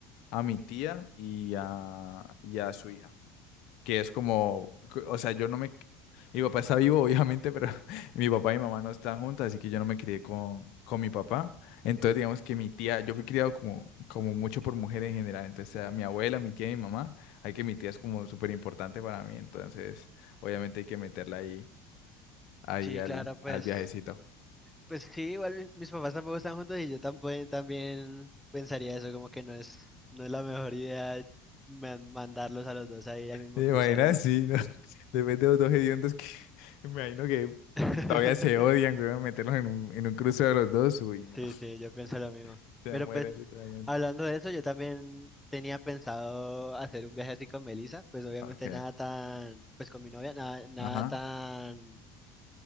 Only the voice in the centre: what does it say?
Sí,
claro, pues,
pues sí, igual mi- mis papás tampoco están juntos y yo también, también pensaría eso, como que no es, no es la mejor idea man- mandarlos a los dos ahí al mismo
crucero.
<laughs>
Sí, sí, yo pienso lo mismo.
Pero
pues,
hablando de eso, yo también tenía pensado hacer un viaje así con Melissa, pues obviamente
nada tan, pues con mi novia, nada, nada
tan